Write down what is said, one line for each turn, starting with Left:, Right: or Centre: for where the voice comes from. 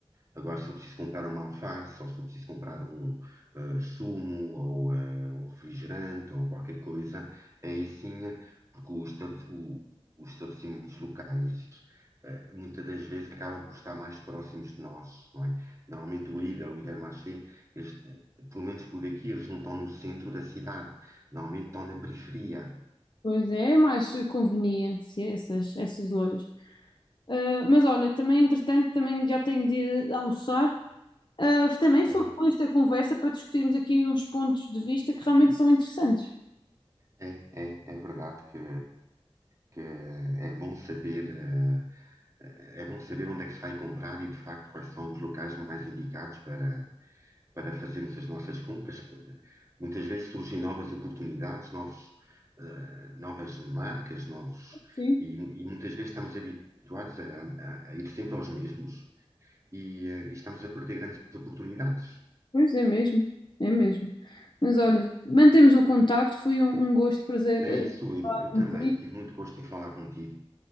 Right: Agora, se eu preciso comprar uma alface, ou se eu preciso comprar um eh, sumo, ou eh, um refrigerante, ou qualquer coisa, aí sim, eh, porque os, estabe- o- os estabelecimentos locais eh, muitas das vezes acabam por estar mais próximos de nós, não é? Normalmente o Lidl, o Intermarché, eles, eh, pelo menos por aqui, eles não estão no centro da cidade, normalmente estão na periferia,
Left: Pois é, é mais conveniente essas essas lojas. Uh, mas olha, também entretanto também já tenho de ir almoçar. Uh, também foi
Right: né?
Left: boa esta conversa para discutirmos aqui uns pontos de vista que realmente são interessantes.
Right: É, é, é verdade que, que é bom saber, eh, é bom saber onde é que se vai comprar e, de facto, quais são os locais mais indicados para, para fazermos as nossas compras. Muitas vezes surgem novas oportunidades, novos, eh, novas marcas, novos,
Left: Sim.
Right: e, e muitas vezes estamos habituados a, a- a ir sempre aos mesmos e, eh, e estamos a perder grandes oportunidades.
Left: Pois é mesmo, é mesmo. Mas olha, mantemos o contacto, foi um, um gosto, prazer,
Right: É isso,
Left: uh,
Right: Ima.
Left: falar
Right: Eu
Left: contigo.
Right: também tive muito gosto em falar contigo.